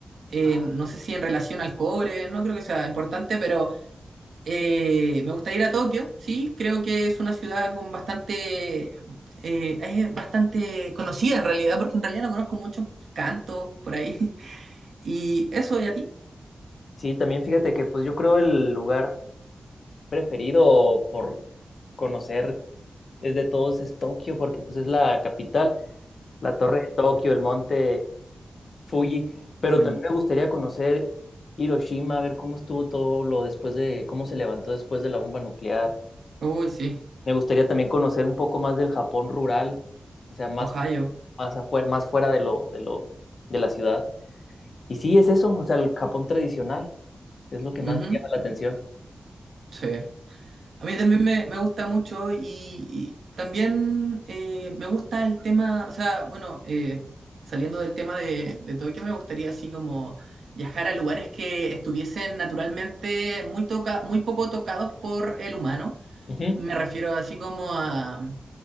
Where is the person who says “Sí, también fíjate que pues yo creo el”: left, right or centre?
Left